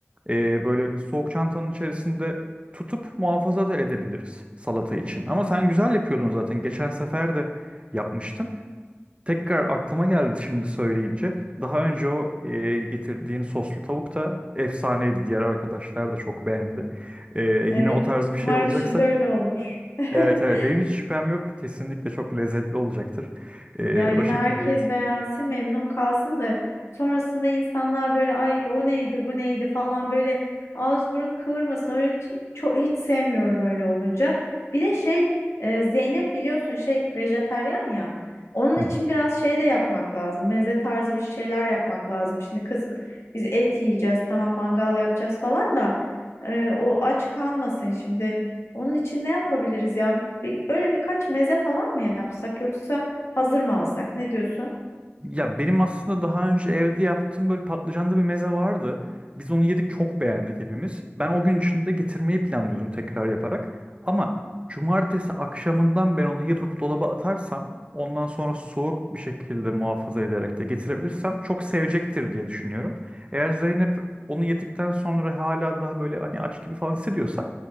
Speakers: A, on the right; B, on the left.
A: E, böyle soğuk çantanın içerisinde tutup muhafaza da edebiliriz salata için. Ama sen güzel yapıyordun zaten. Geçen sefer de yapmıştın. Tekrar aklıma geldi şimdi söyleyince. Daha önce o e, getirdiğin soslu tavuk da efsaneydi. Diğer arkadaşlar da çok beğendi. E, yine
B: Evet.
A: o tarz bir şey
B: Umarım
A: olacaksa
B: şimdi öyle olur. <laughs>
A: evet evet benim hiç şüphem yok. Kesinlikle çok lezzetli olacaktır. E,
B: Ya yine
A: o şekilde
B: herkes
A: yeriz.
B: beğensin, memnun kalsın da sonrasında insanlar böyle ay o neydi, bu neydi falan böyle ağız burun kıvırmasın. Öyle hiç, çok hiç sevmiyorum öyle olunca. Bir de şey e, Zeynep biliyorsun şey vejetaryen ya. Onun
A: Hı.
B: için biraz şey de yapmak lazım. Meze tarzı bir şeyler yapmak lazım. Şimdi kız biz et yiyeceğiz, tamam mangal yapacağız falan da e, o aç kalmasın şimdi. Onun için ne yapabiliriz ya? Bir- böyle birkaç meze falan mı yapsak yoksa Hazır mı alsak? Ne diyorsun?
A: Ya benim aslında daha önce evde yaptığım böyle patlıcanlı bir meze vardı. Biz onu yedik çok beğendik hepimiz. Ben o gün içinde getirmeyi planlıyordum tekrar yaparak. Ama cumartesi akşamından ben onu yapıp dolaba atarsam ondan sonra soğuk bir şekilde muhafaza ederek de getirebilirsem çok sevecektir diye düşünüyorum. Eğer Zeynep onu yedikten sonra hala daha böyle hani aç gibi falan hissediyorsa